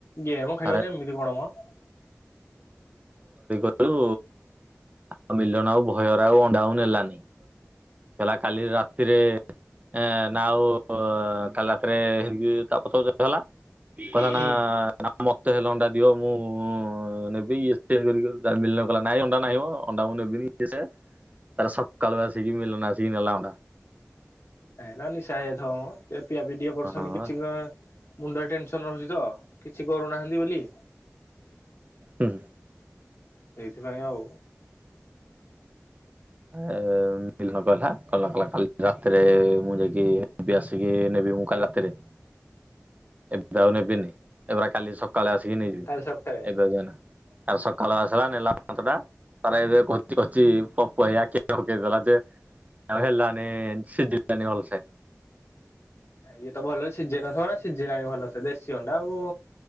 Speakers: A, on the left (about 55°); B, on the right (about 30°).
A: ଗେମ ଖେଳିବ
B: ଆରେ
A: ଯେ ଏମିତି କଣ ମ।
B: ଲୁ ଆଉ ମିଲନ ଆଉ ଭୟରେ ଆଉ ଅଣ୍ଡା ଆଉ ନେଲାନି। କହିଲା କାଲି ରାତିରେ ଏ ନା ଆଉ କାଲି ରାତିରେ ହେ ଯିବି ତାପଛ ପଛେ ହେଇଗଲା। କହିଲା ନା
A: ହୁଁ।
B: ନାଁ ମ ତ ହେଲେ ଅଣ୍ଡା ଦିଅ ମୁଁ ନେବି <unintelligible> ମିଲନ କହିଲା ନାଇଁ ଅଣ୍ଡା ନାହିଁ ଅଣ୍ଡା ମୁଁ ନେବି। ନି କି ସେ
A: ହ
B: ତାର ସକାଳୁ ଆସିକି ମିଳନ ଆସିକି ନେଲା ଅଣ୍ଡା।
A: ନାଇ ନା ନିଶା ହେଇଯାଇଥିବ ମ ଏ ପିଆପିଇ ଟିକେ କରୁଛନ୍ତି
B: ହଁ
A: କିଛି ମୁଣ୍ଡରେ ଟେନସନ ରହୁଛି ତ କିଛି କରୁନାହାନ୍ତି ବୋଲି
B: ହୁଁ।
A: ସେଇଥିପାଇଁ ଆଉ
B: ଏ ବିଲ କହିଲା କହିଲା କହିଲା କାଲି ରାତିରେ ମୁଁ ଯାଇକି ଆସିକି ନେବି ମୁଁ କାଲି ରାତିରେ
A: ହ
B: ଏବେ ଆଉ ନେବିନି ଏବେରା କାଲି ସକାଳେ ଆସିକି ନେଇଯିବି
A: କାଲି ସକାଳେ
B: ଏବେ ଆଉ ଯନା। ଆରେ ସକାଳ ଆସିଲା ନେଲା ପାଞ୍ଚ ଟା ତାର ଏବେ କଉଚି କଉଚି ପ କହିଲା କେ <unintelligible> ଦେଲା ଯେ ଆଉ ହେଲଣି ସିଜିଲାଣିି ଭଲସେ
A: ଇଏ ତ ଭଲ ସିଝେଇ ନଥିବ ନା ସିଝିଲାଣି ଭଲସେ ଦେଶୀ ଅଣ୍ଡା ଆଉ।